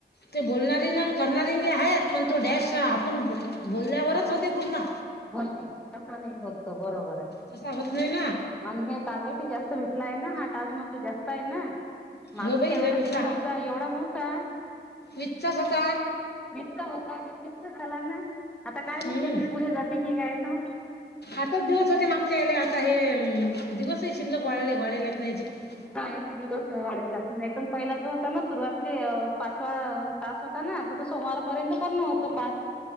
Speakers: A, on the left; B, in the centre.
A: ते बोलणारीना करणारीले आहेत. पण तो डॅश आपण ब बोलल्यावरच होते पूर्ण.
B: बशी, कसा नाही होतो. बरोबर. आहे
A: तसा होत नाही ना.
B: आणि हे टार्गेट ह जास्त भेटला आहे ना. हा टास मधलं जास्त आहे ना. मागच्या
A: हो बाई लय
B: वेळेस
A: भेटला
B: समजा एवढा नव्हता.
A: विच्छसता.
B: <unintelligible> होता <unintelligible> झाला ना. आता काय मी
A: हम्म
B: त्याची पुढे जाते की काय तर.
A: आताच दिवस होते मागचे याले आता हे दिवसही शिल्लक वाढले वाढलाच नाही --
B: हा. एक दिवस वाढलाच नाहीतण पहिला जो होता ना सुरुवाती पाचवा तास होता -- ना आ तो सोमवारपर्यंत करणं होतं पाच.